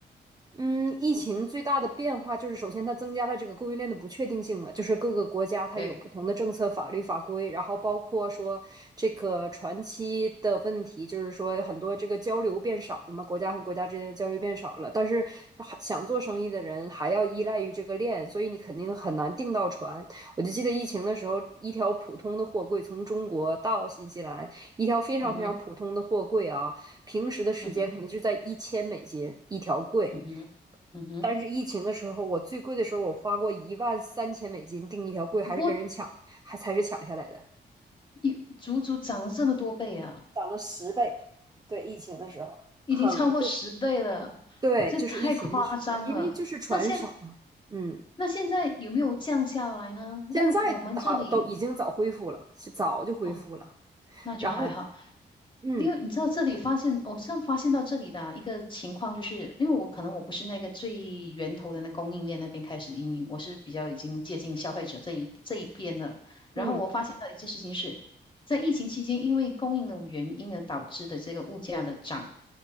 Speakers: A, on the right (about 20°); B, on the left (about 25°).
A: 嗯，疫情最大的变化就是，首先它增加了这个供应链的不确定性嘛，就是各个国家它有不同的政策、
B: 对，
A: 法律法规，然后包括说这个船期的问题，就是说很多这个交流变少了嘛，国家和国家之间的交流变少了，但是还想做生意的人还要依赖于这个链，所以你肯定很难订到船。我就记得疫情的时候，一条普通的货柜从中国到新西兰，一条非常非常普通的货柜啊，
B: 嗯哼，
A: 平时的时间可能就在一千美金一条柜。
B: 嗯哼，嗯哼，嗯哼，
A: 但是疫情的时候，我最贵的时候，我花过一万三千美金订一条贵，还是跟人抢，
B: 我
A: 还才是抢下来的，
B: 有足足涨了这么多倍啊，
A: 涨了十倍。对，疫情的时候很贵。
B: 已经超过十倍了，
A: 对，
B: 这太夸张了。
A: 就是疫情的时候，因为就是船少嘛。
B: 那现
A: 嗯，
B: 那现在有没有降下来呢？
A: 现在好都已经早恢复了，
B: 因为我们这里
A: 是早就恢复了。
B: 哦，那就还好。
A: 然后，嗯
B: 因为你知道这里发现，我上发现到这里的啊一个情况，就是因为我可能我不是那个最源头的那供应链那边开始应用，我是比较已经接近消费者这一这一边了。然后我发现到一件事情是，
A: 嗯。
B: 在疫情期间，因为供应的原因而导致的这个物价的涨，